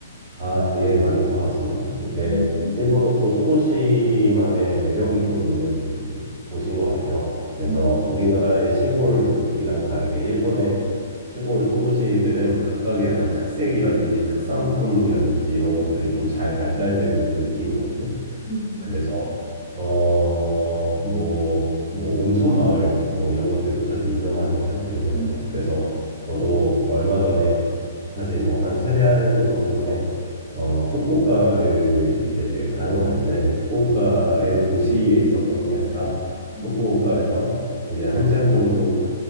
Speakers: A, on the right (about 30°); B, on the left (about 20°).
A: 아, 예, 많이 가봤습니다. 이게
B: 음,
A: 일본은 또 소도시만의 매력이 좀 있는 곳인 것 같아요. 그래서
B: 음,
A: 우리나라의 시골이랑 다르게 일본의 시골 소도시들은 각각의 약간 특색이라든지 특산품이라든지 이런 것들이 좀 잘 발달되어 있는 느낌이거든요.
B: 음,
A: 그래서 어, 뭐, 뭐 온천 마을 뭐 이런 것들도 사실 유명하잖아요, 일본에서.
B: 음, 음,
A: 그래서 저도 얼마 전에 사실 뭐 한 세 달 정도 전에 어, 후쿠오카를 이제 다녀왔는데 후쿠오카의 도시에 있었던 게 아니라
B: 음,
A: 후쿠오카에서 이제 한 시간 정도